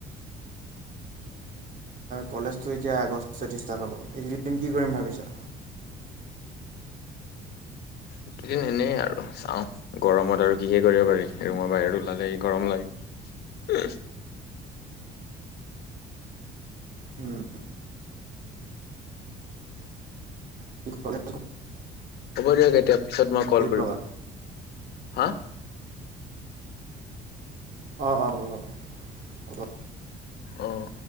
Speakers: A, on the right; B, on the left.
A: কলেজ এতিয়া আগষ্ট ষ্টাৰ্ট হব এইকেদিন কি কৰিম ভাবিছা?
B: এইদিন এনেই আৰু চাওঁ গৰমত আৰু কিহে কৰিব পাৰি ৰুমৰ বাহিৰত ওলালেই গৰম লাগে।
A: উম। কলে
B: হ'ব দিয়ক এতিয়া পিছত মই কল কৰিম।
A: ল'বা।
B: হা?
A: অ, অ, অ হ'ব হ'ব।
B: অহ।